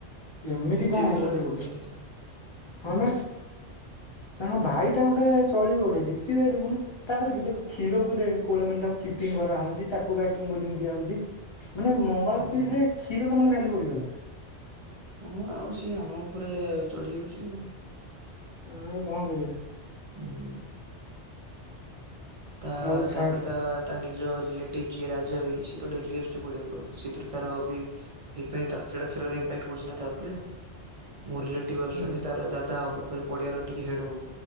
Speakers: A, on the left; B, on the right.
A: ଏମିତି
B: ଦ୍ୱିତୀୟ
A: କଣ
B: ଦେଖିଲ
A: ହବ ଯେ
B: ଟି
A: ଗୋଟେ
B: କେମିତି ହେଲା
A: ହଁ
B: ହୁଁ
A: ବା? ତାଙ୍କ ଭାଇଟା ଗୋଟେ ଚଳିବ ଗୋଟେ ଦପ୍ତି ଭାଇ ଦେଖୁନୁ ତାପରେ ବିିତକୁ କ୍ଷୀରକୁ ଦେଖେ କୋଉ ଭଳିଆ ମାନେ ତାକୁ କିପିଙ୍ଗ କରାହଉଛି ତାକୁ ବ୍ୟାଟିଂ ବୋଲି ଦିଆ ହଉଛି। ମାନେ ମଙ୍ଗଳା
B: ହୁଁ।
A: ପିଢିରେ କ୍ଷୀର ମାନେ ଭାଲ୍ୟୁ ବଢିଗଲା।
B: ହଁ, ଆଉ ସିଏ ଆମ ଉପରେ ଚଢ଼ି ଯାଉଛି ଆଉ।
A: ଆଉ କଣ କରିବା?
B: ହୁଁ। ତା
A: ଆଉ ଛାଡ
B: ତାପରେ ତା ତା ନିଜ ରିଲେଟିଭ ଯିଏ ରାଜା ରହିଛି। ଡେଲି ଆସୁଛି ପଡିଆକୁ ସେଥିରୁ ତାର ବି ସେଥିପାଇ ତା ସେଟା କ୍ଷୀରରେ ଇପାକ୍ଟ ପଡୁଛି ନା ତା ଉପରେ। ମୋ ରିଲେଟିଭ ଆସୁଛନ୍ତି
A: ହୁଁ।
B: ତାର ଦାଦା ହବ ଫେରେ ପଡିଆର ଟିକେ ହେଡ ହବ।